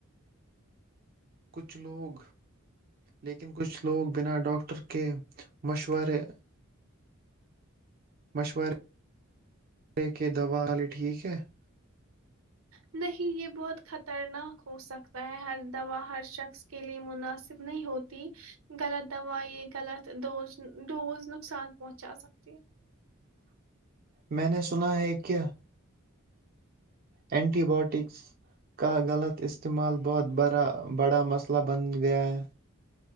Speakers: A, on the right; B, on the right.
A: کچھ لوگ لیکن کچھ لوگ بنا ڈاکٹر کے مشورے مشورےے کہ دوا والے ٹھیک ہے <inaudible>
B: نہیں یہ بہت خطرناک کھو سکتا ہے ہر دوا ہر شخص کے لیے مناسب نہیں ہوتی غلط دووائ غلط ڈوز ڈوز نقصان پہنچ آ سکتی ہے
A: میں نے سنا ہے کیا <inaudible> اینٹی باائیوٹکس کا غلط استعمال بہت بڑا مسئلہ بن گیا ہے